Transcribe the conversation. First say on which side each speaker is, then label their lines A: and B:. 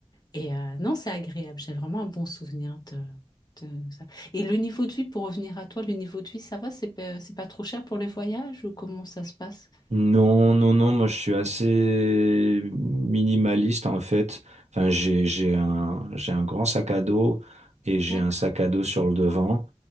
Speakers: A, on the left; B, on the right.
A: Et euh, non, c'est agréable. J'ai vraiment un bon souvenir de, de ça. Et le niveau de vie, pour revenir à toi, le niveau de vie, ça va? C'est pas, c'est pas trop cher pour les voyages ou comment ça se passe?
B: Non, non, non, moi je suis assez minimaliste en fait. Enfin, j'ai, j'ai un, j'ai un grand sac à dos et j'ai
A: D'accord.
B: un sac à dos sur le devant.